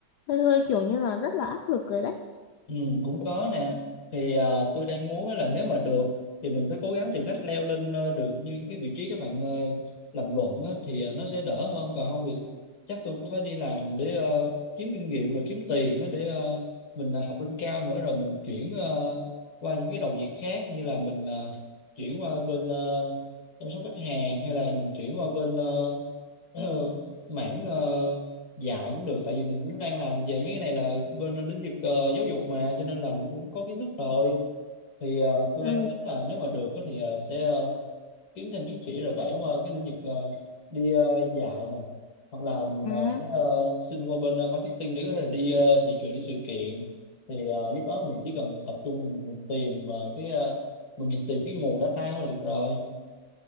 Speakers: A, on the left; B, on the left.
A: Hơi hơi kiểu như là rất là áp lực rồi đấy.
B: Ừ, cũng có nè thì à, tôi đang muốn á là nếu mà được thì mình phải cố gắng tìm cách leo lên ờ, được như cái vị trí các bạn ờ, làm luận á, thì ờ, nó sẽ đỡ hơn còn không thì chắc tôi cũng phải đi làm để ờ, kiếm kinh nghiệm rồi kiếm tiền á, để ờ, mình ờ, học lên cao nữa rồi mình chuyển ờ, qua những cái đầu việc khác như là mình ờ, chuyển qua bên ờ, chăm sóc khách hàng hay là mình chuyển qua bên ờ, <clears throat> ờ, mảng ờ, dạ cũng được tại vì mình cũng đang làm về mấy cái này là bên lĩnh vực ờ, giáo dục mà cho nên là mình cũng có kiến thức rồi thì ờ, tôi
A: Ừ.
B: đang tính là nếu mà được á thì ờ, sẽ ờ, kiếm thêm chứng chỉ rồi bẻ qua cái lĩnh vực ờ, đi ờ, dạy nè hoặc là mình
A: Ừ.
B: ờ, sẽ ờ, xin qua bên ờ, marketing để có thể là đi ờ, thị trường đi sự kiện thì ờ, lúc đó mình chỉ cần tập trung mình mình tìm ờ, cái ờ, mình, mình tìm cái nguồn data thôi là được rồi